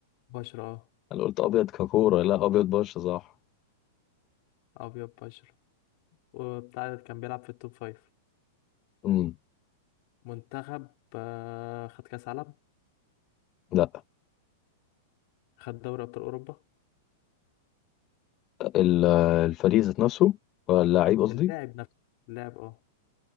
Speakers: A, on the left; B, on the left.
A: بشرة اه
B: انا قلت ابيض ككوره لا ابيض بشره صح
A: ابيض بشرة وبتاع كان بيلعب في التوب فايف
B: امم
A: منتخب آه، خد كأس عالم
B: لا
A: خد دوري أبطال أوروبا
B: ال- الفريق ذات نفسه ولا اللعيب قصدي
A: اللاعب نفسه اللاعب اه